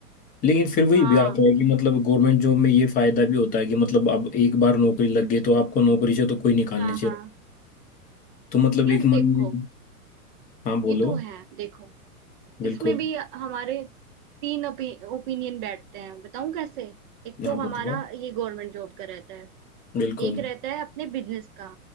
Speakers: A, on the left; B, on the right.
A: लेकिन फिर वही
B: हाँ
A: भी आता है कि मतलब गवर्नमेंट जॉब में ये फायदा भी होता है कि मतलब अब एक बार नौकरी लग गई तो आपको नौकरी से तो कोई निकालने
B: हाँ
A: से
B: हाँ
A: तो मतलब
B: यार
A: एक मन
B: देखो
A: में हाँ बोलो
B: ये तो है देखो
A: बिल्कुल
B: इसमें भी हमारे तीन ओपिनियन बैठते हैं बताऊं कैसे एक तो
A: हाँ
B: हमारा
A: बताओ
B: ये गवर्नमेंट जॉब का रहता है
A: बिल्कुल
B: एक रहता है अपने बिजनेस का